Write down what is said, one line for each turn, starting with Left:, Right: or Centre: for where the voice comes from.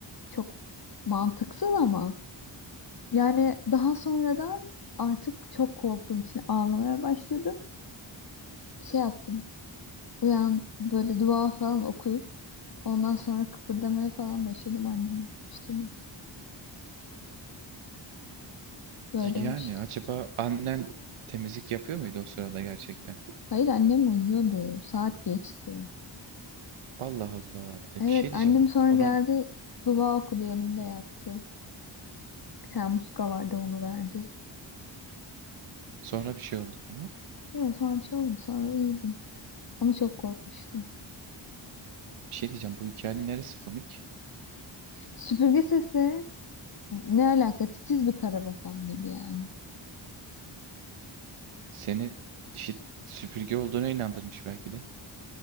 Left: Çok mantıksız ama. Yani daha sonradan artık çok korktuğum için ağlamaya başladım. Şey yaptım. Uyan böyle dua falan okuyup ondan sonra kıpırdamaya falan başladım annemi uyumuş değil Böyle
Right: Yani
Left: olmuştu.
Right: acaba annen temizlik yapıyor muydu o sırada gerçekten?
Left: Hayır annem uyuyordu. Saat geçti.
Right: Allah Allah. E
Left: Evet
Right: bir şey diyeceğim.
Left: annem
Right: Bu,
Left: sonra
Right: bunun
Left: geldi dua okudu yanımda yattı. Bir tane muska vardı onu verdi.
Right: sonra bir şey oldu mu?
Left: Ya sonra bir şey olmadı sonra uyudum. Ama çok korkmuştum.
Right: Bir şey diyeceğim. Bu hikayenin neresi komik?
Left: Süpürge sesi ne alaka titiz bir karabasan mıydı yani?
Right: Seni işte süpürge olduğuna inandırmış belki de.